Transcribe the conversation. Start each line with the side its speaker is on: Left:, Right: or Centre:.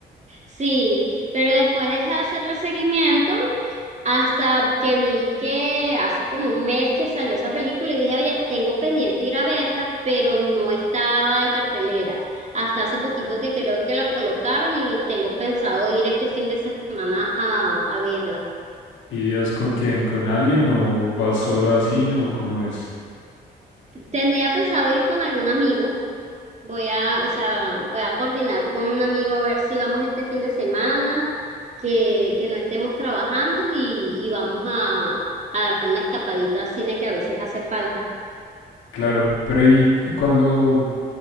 Right: sí, pero después dejé de hacerle seguimiento Hasta que vi que hace como un mes que salió esa película y dije, oye, tengo pendiente ir a verla, pero no estaba en cartelera. Hasta hace poquito que creo que la colocaron y tengo pensado ir este fin de semana a, a verla.
Left: ¿Irías con quién? ¿Con alguien o vas sola a cine o cómo es?
Right: Tendría pensado ir con algún amigo. Voy a, o sea, voy a coordinar con un amigo a ver si vamos este fin de semana, que, que no estemos trabajando y, y vamos a, a dar una escapadita al cine que a veces hace falta.
Left: Claro, pero y, y cuando,